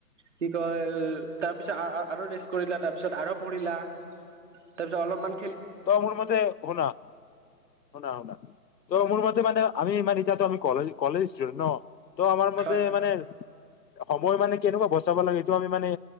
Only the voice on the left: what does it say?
ত মোৰ মতে শুনা শুনা শুনা ত মোৰ মতে মানে আমি মানে এতিয়াতো আমি কলেজ। কলেজ স্তোডেন্ত শ? ত' আমাৰ মতে
মানে সময় মানে কেনেকুৱা বচাব লাগে। তো আমি মানে